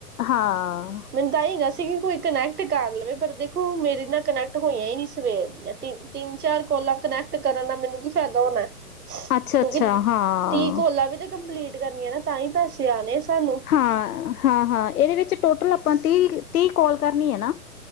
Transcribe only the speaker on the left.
ਹਾਂ।
ਅੱਛਾ-ਅੱਛਾ ਹਾਂ
ਹਾਂ ਹਾਂ ਹਾਂ। ਇਹਦੇ ਵਿੱਚ ਟੋਟਲ ਆਪਾਂ ਤੀਹ-ਤੀਹ ਕੋਲਾਂ ਕਰਨੀ ਹੈ ਨਾ।